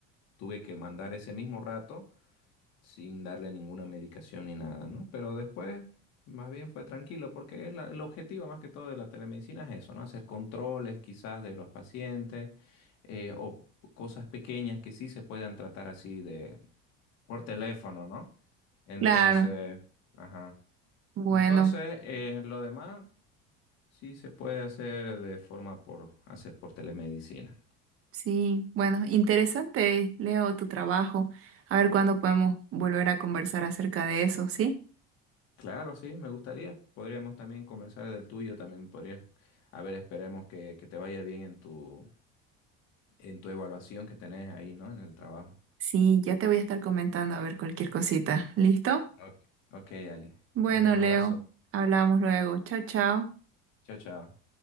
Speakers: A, on the left; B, on the right.
A: tuve que mandar ese mismo rato sin darle ninguna medicación ni nada, ¿no? Pero después, más bien fue tranquilo, porque es la- el objetivo más que todo de la telemedicina es eso, ¿no? Hacer controles quizás de los pacientes eh, o cosas pequeñas que sí se puedan tratar así de por teléfono, ¿no? Entonces,
B: Claro.
A: ajá.
B: Bueno,
A: Entonces, eh, lo demás sí se puede hacer de forma por hacer por telemedicina.
B: sí. Bueno, interesante, Leo, tu trabajo. A ver cuándo podemos volver a conversar acerca de eso, ¿sí?
A: Claro, sí, me gustaría. Podríamos también conversar del tuyo, también podrías, a ver, esperemos que, que te vaya bien en tu, en tu evaluación que tenés ahí, ¿no? En el trabajo.
B: Sí, ya te voy a estar comentando a ver cualquier cosita. ¿Listo?
A: Ok. Ok, Ali.
B: Bueno,
A: Un abrazo.
B: Leo, hablamos luego. Chao, chao.
A: Chao, chao.